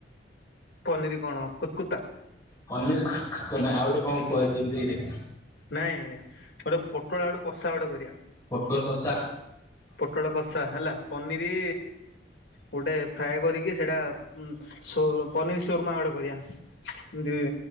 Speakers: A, on the left; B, on the left.
A: ପନିରି କଣ କୁତ୍ କୁତା।
B: ପନିରି ଖୁତ୍ ଖୁତ୍ ନାଇ ଆଉ ଟିକେ କଁ କୁହାଯାଏ ବି
A: ନାଇଁ ଗୋଟେ ପୋଟଳ ଆଳୁ କଷା ଗୋଟେ କରିବା।
B: ପୋଟଳ କସା।
A: ପୋଟଳ କଷା ହେଲା ପନିରି ଗୋଟେ ଫ୍ରାଏ କରିକି ସେଇଟା ଉ ସୁ ପନିର୍ ସୁରମା ଗୋଟେ କରିବା। ଦୁଇ